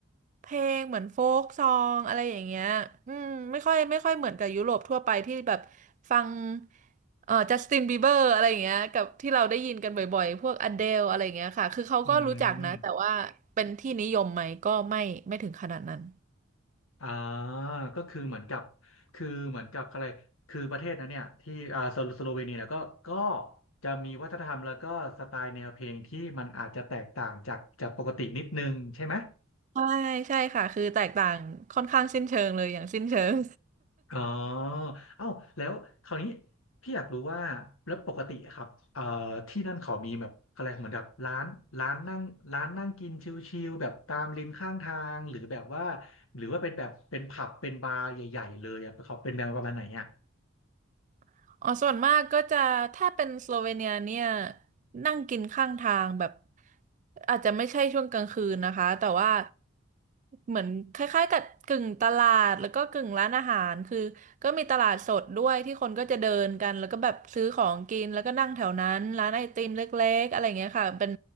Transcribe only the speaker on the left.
อืมอ่าก็คือเหมือนกับ คือเหมือนกับอะไรคือประเทศนั้นเนี่ยที่อ่าสโลสโลเวเนียเนี่ยก็ก็จะมีวัฒนธรรมแล้วก็สไตล์แนวเพลงที่มันอาจจะแตกต่างจากจากปกตินิดนึงใช่ไหม
อ๋อเอ้าแล้วคราวนี้พี่อยากรู้ว่าแล้วปกติอะครับเอ่อที่นั่นเขามีแบบอะไรเหมือนกับร้านร้านนั่งร้านนั่งกินชิลๆแบบตามริมข้างทางหรือแบบว่าหรือว่าเป็นแบบเป็นผับเป็นบาร์ใหญ่ๆเลยอะเขาเป็นแนวประมาณไหนอ่ะ